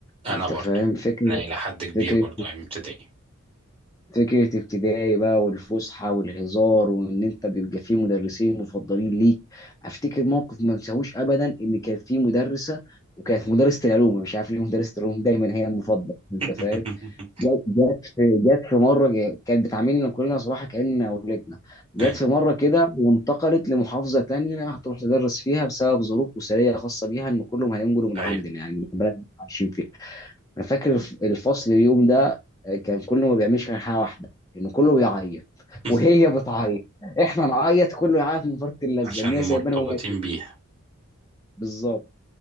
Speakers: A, on the right (about 25°); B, on the left (about 15°).
A: انا
B: أنت
A: برضو
B: فاهم فكرة
A: انا الى حد كبير
B: فكرة
A: برضو ايام ابتدائي
B: فكرة ابتدائي بقى والفسحة والهزار وإن أنت بيبقى فيه مدرسين مفضلين ليك أفتكر موقف ما انساهوش أبدا إن كان فيه مدرسة وكانت مدرسة العلوم مش عارف ليه مدرسة العلوم دايما هي المفضلة أنت
A: <laughs>
B: فاهم جت جت في جت في مره ج- كانت بتعاملنا كلنا صراحه كأننا اولادنا جت
A: ايوه
B: في مره كده وانتقلت لمحافظه تانية هتروح تدرس فيها بسبب ظروف اسريه خاصه بيها ان كلهم هينقلوا من
A: ايوه
B: عندنا يعني من البلد اللي إحنا عايشين فيها انا فاكر الف- الفصل اليوم ده آه، كان كله ما بيعملش غير حاجه واحده ان كله بيعيط
A: <laughs>
B: وهي <laughs> بتعيط احنا نعيط كله يعيط من فرط اللذه
A: عشان
B: ان هي سايبانا
A: مرتبطين
B: وماشيه
A: بيها
B: بالظبط